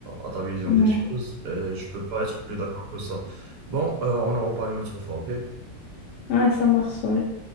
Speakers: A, on the right; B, on the left.
A: à ta vision
B: Ouais.
A: des choses. Et je peux pas être plus d'accord que ça. Bon, euh, on en reparle une autre fois, ok?
B: Ouais, ça marche, ouais.